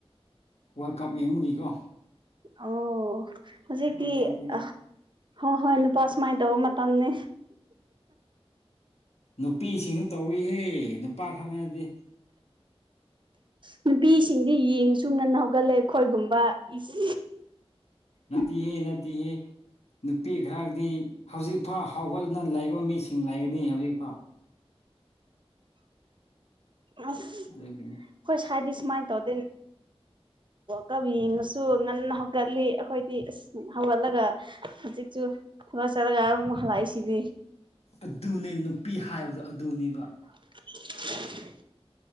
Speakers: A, on the left; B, on the right.
A: ꯋꯥꯔꯜ ꯀꯞ ꯌꯦꯡꯕꯒꯤꯀꯣ
B: ꯑꯣ ꯍꯧꯖꯤꯛꯇꯤ
A: ꯋꯥꯔꯜ ꯀꯞꯀꯤ
B: ꯑ ꯍꯣꯏ ꯍꯣꯏ ꯅꯨꯄꯥ ꯁꯨꯃꯥꯏ ꯇꯧꯕ ꯃꯇꯝꯅꯦ
A: ꯅꯨꯄꯤꯁꯤꯡꯁꯨ ꯇꯧꯏꯍꯦ ꯅꯨꯄꯥ ꯈꯛꯅꯗꯤ
B: ꯅꯨꯄꯤꯁꯤꯡꯗꯤ ꯌꯦꯡꯁꯨ ꯉꯟꯅ ꯍꯧꯒꯠꯂꯦ ꯑꯩꯈꯣꯏꯒꯨꯝꯕꯥ ꯏꯁ
A: ꯅꯠꯇꯦꯍꯦ ꯅꯠꯇꯦꯍꯦ ꯅꯨꯄꯤ ꯈꯔꯗꯤ ꯍꯧꯖꯤꯛꯐꯥ ꯍꯧꯒꯠꯅ ꯂꯩꯕ ꯃꯤꯁꯤꯡ ꯂꯩꯒꯅꯤ ꯍꯧꯖꯤꯛꯐꯥꯎ
B: ꯑ
A: ꯑꯗꯨꯒꯤꯅꯦ
B: ꯑꯈꯣꯏ ꯁꯥꯏꯗꯤ ꯁꯨꯃꯥꯏ ꯇꯧꯗꯦ ꯀꯕꯤꯅꯁꯨ ꯉꯟꯅ ꯍꯧꯒꯠꯂꯤ ꯑꯩꯈꯣꯏꯗꯤ ꯑꯁ ꯍꯧꯒꯠꯂꯒ ꯍꯧꯖꯤꯛꯁꯨ ꯊꯕꯛ ꯆꯠꯂꯒ ꯑꯃꯨꯛ ꯍꯜꯂꯛꯏꯁꯤꯗꯤ
A: ꯑꯗꯨꯅꯦ ꯅꯨꯄꯤ ꯍꯥꯏꯕꯗꯣ ꯑꯗꯨꯅꯦꯕ
B: <inaudible>